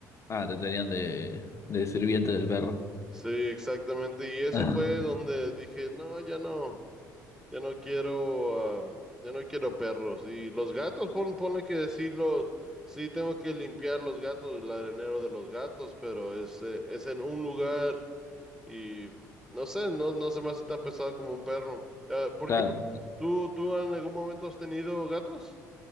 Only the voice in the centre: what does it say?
Sí, exactamente. Y eso
fue
donde dije, no, ya no, ya no quiero, am, ya no quiero perros. Y los gatos, pon, ponle que decirlo, sí tengo que limpiar los gatos, el arenero de los gatos, pero es, eh, es en un lugar y no sé, no, no se me hace tan pesado como un perro. Ah, ¿por
qué? pr- ¿Tú, tú en algún momento has tenido gatos?